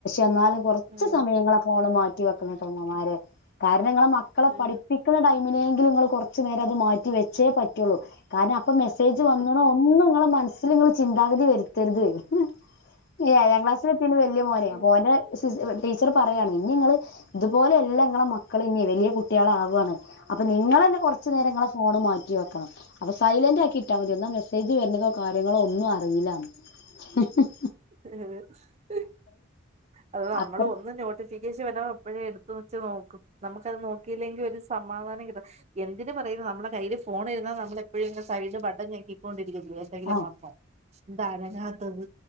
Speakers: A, on the left; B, on the right.
A: എന്നാലും കൊറച്ച്
B: ഉം
A: സമയങ്ങള ഫോണ് മാറ്റ് റ്റിവെക്കണൊട്ടൊ ഉമ്മമാരെ കാര പിന്നെ ഇങ്ങളെ മക്കളെ
B: ഉം
A: പഠിപ്പിക്ക്ണ ടൈമ് ഇങ്ങനേങ്കിലു ഇങ്ങള് കൊറച്ചു നേരം അത് മാറ്റി വെച്ചേ പറ്റൊള്ളൂ കാരണം ഇപ്പ മെസേജ്
B: ഉം
A: വന്ന്ണോ ഒന്നു ഇങ്ങളെ മൻ ത്ത്ന നിങ്ങള് ചിന്താഗതി വെരുത്തരുത് ഹ് ഹ് ഏഴാം ക്ലാസിലെത്തീണ് വെല്ല്യമോനെ
B: ഉം
A: പോന്റെ സി <unintelligible> ടീച്ചർ പറയാണ് ഇനി ഇങ്ങള് ഇതുപോലെല്ല നിങ്ങളെ മക്കള് ഇഞ്ഞ് വെല്യേ കുട്ട്യേള് ആവാണ് അപ്പൊ നിങ്ങളെ കൊറച്ച് നേരം
B: ഉം
A: ഇങ്ങളെ ഫോണ് മാറ്റിവ ക് ക്ക അപ്പൊ സൈലന്റ് ആക്കി ഇട്ടാ മതി ഇന്നാ മെസ്സേജ് വരുന്നതോ കാര്യങ്ങളോ ഒന്നും അറീല്ല ഹ് ഹ് ഹ്
B: ഉം ഉം അത് നമ്മള്
A: അത്രയും
B: ഒന്ന് നോട്ടിഫിക്കേഷൻ വ നോ അപ്പഴേ എടുത്തുവെച്ചുനോക്കും നമ്മുക്കത് നോക്കിയില്ലെങ്കി ഒരു സമാധാനം കിട്ടത് എന്തിന് പറയുന്നു നമ്മളെ കൈയിൽ ഫോൺ ഇരുന്നാ നമ്മൾ എപ്പോഴും ഇങ്ങനെ സൈഡ് ബട്ടൻ ഞെക്കി കൊണ്ടിരിക് ഇത് എന്തെങ്കിലും
A: ആ
B: വന്നോ എന്താ അനങ്ങാത്തത്